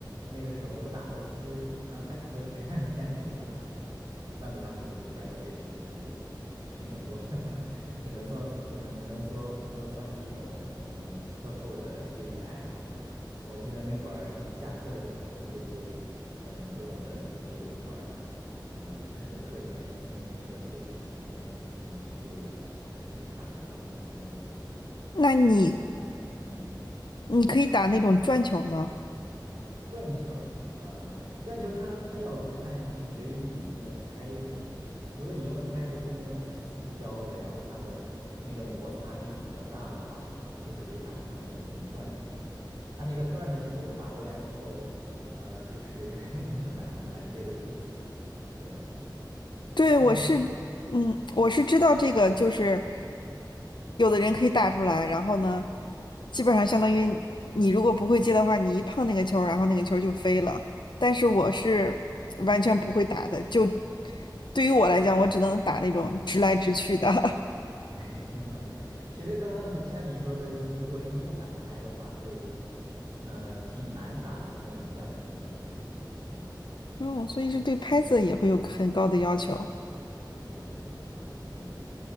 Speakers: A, on the right; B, on the left.
A: 那个时候我打的其实嗯还可以，<laughs> 但是也算不上是算不上是专业，就是训练过的，<laughs> 只能说只能只能说说算是一种嗯课后的业余爱好。我记得那会儿一下课的时候，我就会嗯跟我的同学一块儿。嗯，趁着课间那那那个休息时间，嗯，去就是打上几分钟，
B: 那你
A: 嗯，
B: 你可以打那种转球吗？
A: 转球儿，嗯，转球它它要看取决于你用的拍子，如果你用的拍子是那种塑胶的，然后它的那个摩擦力比较大的话，就可以打出那种很转的球。它那个转的球打过来之后，嗯、就是 <laughs> 你很难很难接得住，对。
B: 对，
A: 但是
B: 我是，嗯，我是知道这个，就是有的人可以打出来，然后呢，基本上相当于你如果不会接的话，你一碰那个球儿然后那个球儿就飞了。但是我是完全不会打的，就对于我来讲，我只能打那种直来直去的。<laughs>
A: <laughs> 嗯，其实刚刚你像你说的，如果是木板拍的话，就嗯、呃挺难打出那种转球的。其实，嗯，
B: 嗯，所以是对拍子也会有很高的要求。
A: 对对对，是的，嗯，